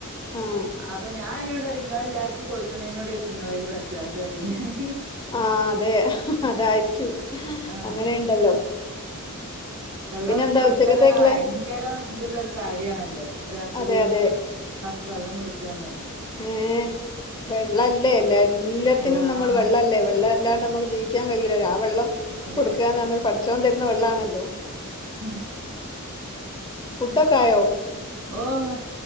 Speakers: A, on the left; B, on the right.
A: ആഹ്
B: അപ്പൊ ഞാൻ അയ്നോടുറി ങ്ങളെല്ലാർക്കും കൊടുക്കണയ്നോടക്കും ങ്ങളേല് വറ്റാത്തറിം ഞ്ഞാന്
A: ആഹ് അതെ അതായിരിക്കും
B: ആഹ്
A: അങ്ങനെയുണ്ടല്ലോ
B: വെള്ളം
A: പിന്നെന്താ
B: കൊടുക്കന്ന
A: ഉച്ചക്കത്തേക്കുള്ളെ
B: പറഞ്ഞാ ഭയങ്കരം ഇതള്ളരു കാര്യണല്ലോ ഒരാൾക്കൊരു
A: അതെ അതെ
B: ഗ്ലാസ്സ് വെള്ളം കൊടുക്കന്നർഞഹ്
A: ഏഹ് വെള്ളല്ലേ അല്ലേ എല്ലാത്തിനും
B: ആഹ്
A: നമ്മൾ വെള്ളല്ലേ വെള്ള ല്ലാണ്ട് നമുക്ക് ജീവിക്കാൻ കഴയൂലല്ലോ ആ വെള്ളം
B: അതെ
A: കൊടുക്കന്ന് പറഞ്ഞാൽ പടച്ചോൻ തരുന്ന വെള്ളണല്ലോ
B: ഉ ഉം
A: ഫുഡൊക്കെ ആയോ
B: ഓഹ്